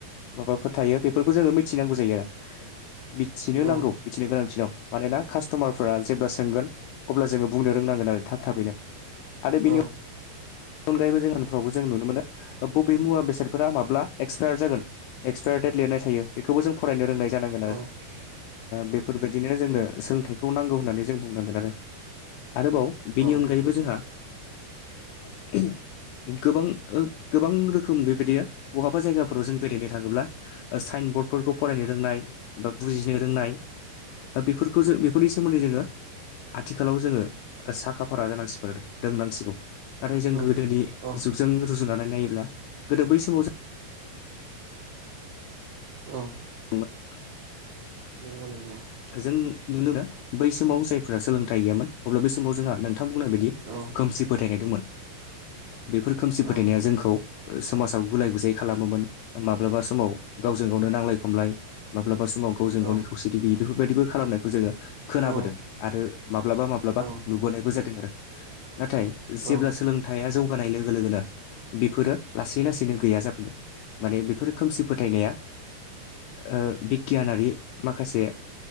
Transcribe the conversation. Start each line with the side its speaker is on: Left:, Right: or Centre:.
Left: माबाफोर थायो बेफोरखौ जोङो मिथिनांगौ जायो आरो मिथिनो
Right: औ
Left: नांगौ
Right: औ
Left: मिथिनो गोनांथि दं मानोना कास्ट'मारफोरा जेब्ला सोंगोन, अब्ला जोङो बुंनो रोंनांगोन आरो थाब थाबैनो आरो बिनियाव
Right: औ
Left: बेनि अनगायैबो जोंहा उनफ्रावबो जों नुनो मोनो बबे मुवा बेसादफोरा माब्ला एक्सपायार जागोन? एक्सपायार देट लिरनाय थायो बेखौबो जों फरायनो रोंनाय जानांगोन
Right: औ
Left: आरो बेफोरबायदि, बिदिनो जोंनो सोलोंथाइखौ नांगौ होननानै जों बुंनांगोन आरो आरोबाव बेनि
Right: औ
Left: अनगायैबो जोंहा, <unintelligible> गोबां गोबां रोखोम बेबायदि बहाबा जायगाफोराव जों बेरायनो थाङोब्ला, साइन बरर्डफोरखौ फरायनो रोंनाय बा बुजिनो रोंनाय, बेफोरखौ जों बेफोरनि सोमोन्दै जोङो। आथिखालाव जोङो साखा फारा जानांसिगोन आरो रोंनांसिगौ, नाथाय जों
Right: औ
Left: गोदोनि
Right: औ
Left: जुगजों रुजुनानै नायोब्ला गोदो बै समाव जों,
Right: औ
Left: <unintelligible>
Right: नोंगौ नोंगौ।
Left: जों नुनो दा बै समाव जायफोरा सोलोंथाइ गैयामोन अब्ला बै समाव जोंहा नोंथां बुंनाय बायदि
Right: औ
Left: खोमसि फोथायनाय दंमोन। बेफोर खोमसि
Right: औ
Left: फोथायनाया जोंखौ समाजाव गुलाय गुजाय खालामोमोन माब्लाबा समाव गावजों गावनो नांलाय खमलाय माब्लाबा समाव गावजों
Right: औ
Left: गावनो खौसेथि गैयि बेफोरबायदिबो खालामनायखौ जोङो खोनाबोदों
Right: औ
Left: आरो माब्लाबा माब्लाबा
Right: औ
Left: नुबोनायबो जादों आरो। नाथाय जेब्ला
Right: औ
Left: सोलोंथाइया जौगानाय लोगो लोगोनो बेफोरो लासै लासैनो गैया जाबोदों माने बेफोरो खोमसि फोथायनाया ओ बिगियानारि माखासे